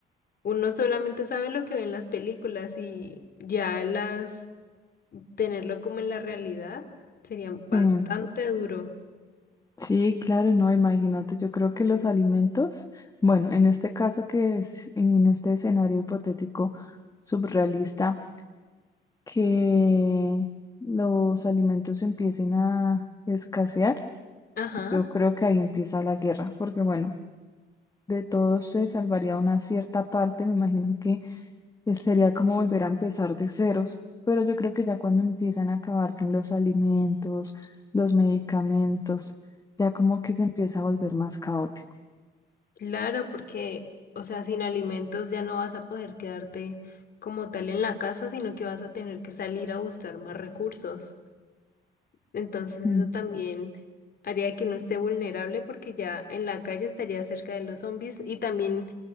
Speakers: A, on the left; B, on the left.
A: uno solamente sabe lo que ve en las películas y ya las tenerlo como en la realidad sería bastante
B: Sí,
A: duro.
B: sí, claro, no, imagínate, yo creo que los alimentos, bueno, en este caso que es, en este escenario hipotético surrealista. que los alimentos empiecen a escasear,
A: Ajá.
B: yo creo que ahí empieza la guerra, porque bueno, de todos se salvaría una cierta parte, me imagino que es- sería como volver a empezar de ceros, pero yo creo que ya cuando empiezan a acabarse los alimentos, los medicamentos, ya como que se empieza a volver más caótico.
A: Claro, porque, o sea, sin alimentos ya no vas a poder quedarte como tal en la casa, sino que vas a tener que salir a buscar más recursos. Entonces
B: Mm,
A: eso también haría que uno esté vulnerable porque ya en la calle estaría cerca de los zombies y también,